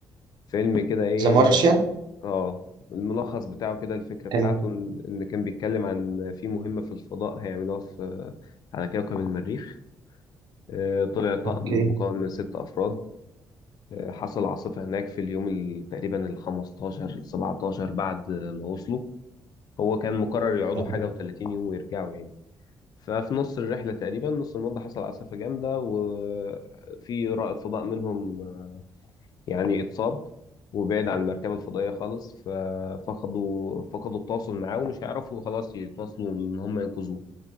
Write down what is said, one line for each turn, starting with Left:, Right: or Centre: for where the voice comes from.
Left: فيلم كده ايه
Right: ذا مارشيان
Left: اه الملخص بتاعه كده الفكرة بتاعته
Right: كان
Left: ان إن كان بيتكلم عن في مهمة في الفضاء هيعملوها في على كوكب المريخ آه، طلع طقم
Right: اوكي
Left: مكون من ست أفراد حصل عاصفة هناك في اليوم ال- تقريبا ال 15 ال 17 بعد ما وصلوا هو كان مقرر يقعدوا
Right: تمام
Left: حاجة و30 يوم ويرجعوا يعني ففي نص الرحلة تقريبا نص المدة حصل عاصفة جامدة وفي رائد فضاء منهم يعني اتصاب وبعد عن المركبة الفضائية خالص ففقدوا فقدوا التواصل معاه ومش هيعرفوا خلاص يتواصلوا إن هم ينقذوه